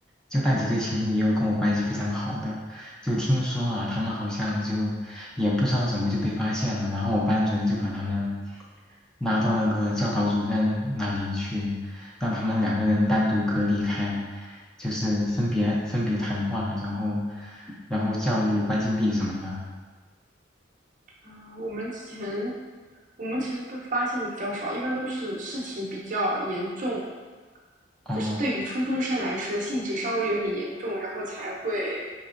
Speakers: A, in the centre; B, on the right (about 45°).
A: 就那几对情侣也有跟我关系非常好的。就听说啊，他们好像就也不知道怎么就被发现了，然后我班主任就把他们拉到那个教导主任那里去，让他们两个人单独隔离开，就是分别分别谈话，然后然后教育关禁闭什么的。
B: 啊。呃我们之前我们其实被发现的比较少，一般都是事情比较严重，
A: 哦
B: 就是对于初中生来说性质稍微有点严重，然后才会